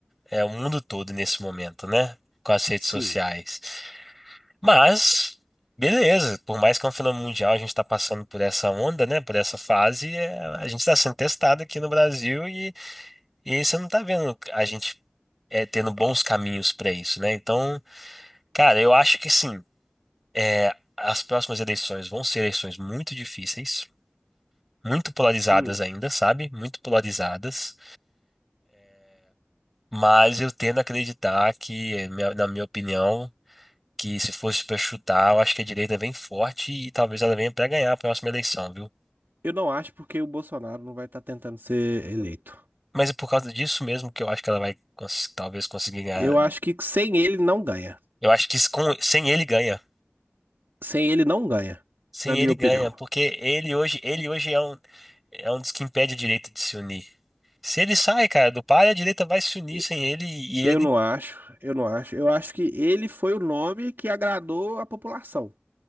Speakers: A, in the centre; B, on the right (about 55°).
A: é, o mundo todo nesse momento, né? Com as redes
B: sim.
A: sociais. Mas, beleza, por mais que é um fenômeno mundial, a gente está passando por essa onda, né? Por essa fase, é, a gente está sendo testado aqui no Brasil e, e aí você não está vendo a gente é, tendo bons caminhos para isso, né? Então, cara, eu acho que sim, é, as próximas eleições vão ser eleições muito difíceis, muito polarizadas
B: Hum.
A: ainda, sabe? Muito polarizadas, mas eu tendo a acreditar que, é, minha- na minha opinião, que se fosse para chutar, eu acho que a direita vem forte e talvez ela venha para ganhar a próxima eleição, viu?
B: Eu não acho porque o Bolsonaro não vai estar tentando ser eleito.
A: Mas é por causa disso mesmo que eu acho que ela vai cons- talvez conseguir ganhar.
B: Eu acho que sem ele não ganha.
A: Eu acho que isso com- sem ele ganha.
B: Sem ele não ganha,
A: Sem
B: na minha
A: ele ganha,
B: opinião.
A: porque ele hoje, ele hoje é um, é um dos que impede a direita de se unir. Se ele sai, cara, do par, a direita vai se unir
B: E-
A: sem ele e
B: Eu
A: ele,
B: não acho, eu não acho. Eu acho que ele foi o nome que agradou a população.